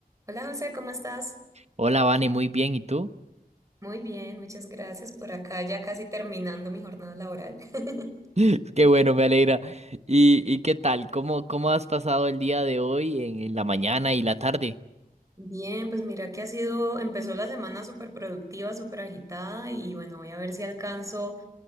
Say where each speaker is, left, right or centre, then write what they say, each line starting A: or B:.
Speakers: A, on the right; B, on the right.
A: Hola José, ¿cómo estás?
B: Hola, Vane, muy bien, ¿y tú?
A: Muy bien, muchas gracias por acá, ya casi terminando mi jornada laboral. <laughs>
B: <laughs> Qué bueno, me alegra. ¿Y, y qué tal? ¿Cómo, cómo has pasado el día de hoy en, en la mañana y la tarde?
A: Bien, pues mira que ha sido, empezó la semana súper productiva, súper agitada y bueno, voy a ver si alcanzo